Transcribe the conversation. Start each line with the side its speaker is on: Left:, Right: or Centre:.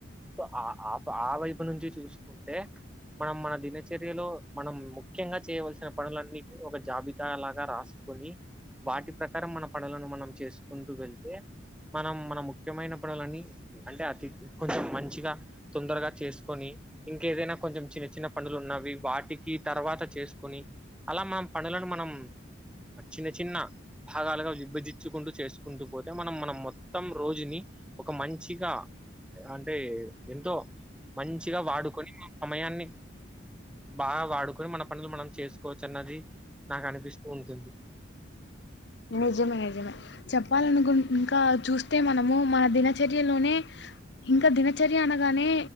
Centre: సో ఆ ఆ వైపు నుంచి చూసుకుంటే మనం మన దినచర్యలో మనం ముఖ్యంగా చేయవలసిన పనులన్నిటి ఒక జాబితా లాగా రా సుకుని వాటి ప్రకారం మన పనులను మనం చేసుకుంటూ వెళ్తే మనం మన ముఖ్యమైన పనులని అంటే అతి కొంచెం మంచిగా తొందరగా చేసుకొని ఇంకేదైనా కొంచెం చిన్న చిన్న పనులు ఉన్నవి వాటికి తర్వాత చేసుకొని అలా మన పనులను మనం చిన్న చిన్న భాగాలుగా విభజించుకుంటూ చేసు కుంటూ పోతే మనం మనం మొత్తం రోజుని ఒక మంచిగా అంటే ఎంతో మంచిగా వాడుకొని సమయాన్ని బాగా వాడుకుని మన పనులు మనం చేసుకోవచ్చు అన్నది నాకు అనిపిస్తుంది ఉంటుంది
Left: నిజమే నిజమే చెప్పాలనుకున్ ఇంకా చూస్తే మనము మన దినచర్యలోనే ఇంక దినచర్య అనగానే